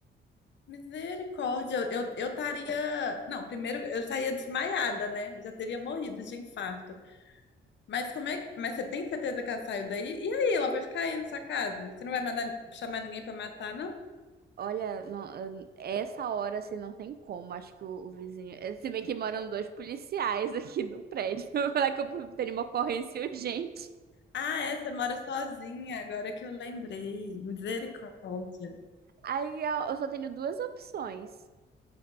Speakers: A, on the left (about 65°); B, on the right (about 50°).
A: Misericórdia, eu, eu eu estaria. Não, primeiro eu estaria desmaiada, né? Eu já teria morrido de infarto. Mas como é que. Mas você tem certeza que ela saiu daí? E aí, ela vai ficar aí na sua casa? Você não vai mandar chamar ninguém pra matar, não?
B: Olha, não, essa hora assim não tem como. Acho que o, o vizinho. eh, Se bem que moram dois policiais aqui no prédio. <laughs> Falar que eu teria uma ocorrência urgente.
A: Ah, é, você mora sozinha, agora que eu lembrei. Misericórdia.
B: Aí eu, eu só tenho duas opções.